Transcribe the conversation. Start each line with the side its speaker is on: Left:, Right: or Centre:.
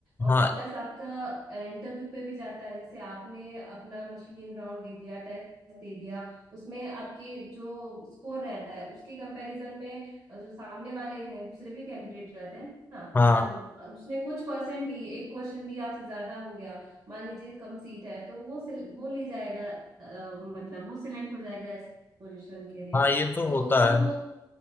Right: और
Left: हाँ
Right: प्लस आपका इंटरव्यू पे भी जाता है जैसे आपने अपना मशीन राउंड दे दिया टेस्ट दे दिया उसमें आपके जो स्कोर रहता है उसके कंपैरिजन में जो सामने वाले हैं दूसरे भी कैंडिडेट रहते हैं ना
Left: हाँ
Right: अगर उसने कुछ परसेंट भी एक क्वेश्चन भी आपसे ज्यादा हो गया मान लीजिए कम सीट है तो वो सिल, वो ली जाएगा अ, मतलब वो सिलेक्ट हो जाएगा इस पोजीशन के लिए
Left: हाँ ये तो
Right: तो
Left: होता
Right: हम
Left: है